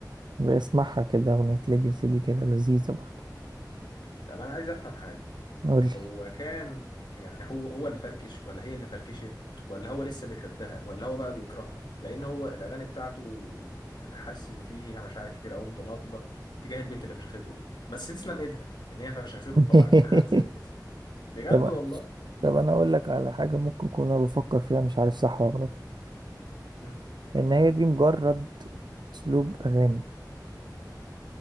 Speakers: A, on the right; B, on the left.
A: بسمعها كده أغنية ليجاسي دي كده لذيذة برضه
B: طب انا عايز افهم حاجه
A: قولي
B: هو كان يعني هو هو اللي فركش ولا هي اللي فركشت ولا هو لسه بيحبها ولا هو بقى بيكرهها لان هو الاغاني بتاعته يعني حاسس ان فيها مشاعر كتير قوي متناقضه تجاه البنت اللي فشخته دي بس تسلم ايدها ان هي فشخته
A: <laughs>
B: وطلعت لنا حد زي الجسم بجد
A: طب
B: والله
A: طب أنا أقول لك على حاجة ممكن أكون أنا بفكر فيها مش عارف صح ولا غلط
B: مم.
A: إن هي دي مجرد أسلوب أغاني